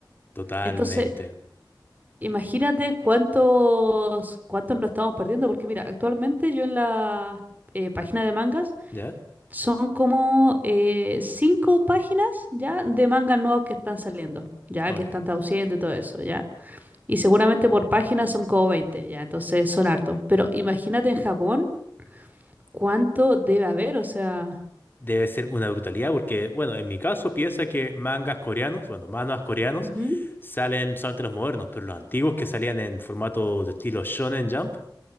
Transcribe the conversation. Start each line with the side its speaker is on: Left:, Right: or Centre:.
Left: Totalmente,
Right: Entonces Imagínate cuántos, cuántos nos estamos perdiendo, porque mira, actualmente yo en la eh, página de mangas
Left: ¿ya?
Right: son como eh, cinco páginas ya de mangas nuevos que están saliendo, ya
Left: Ok.
Right: que están traduciendo y todo eso, ya. Y seguramente por página son como 20, ya, entonces son hartos. Pero imagínate en Japón cuánto debe haber, o sea,
Left: Debe ser una brutalidad porque, bueno, en mi caso piensa que mangas coreanos, bueno, mangas coreanos,
Right: ujú,
Left: salen solamente los modernos, pero los antiguos que salían en formato de estilo Shonen Jump.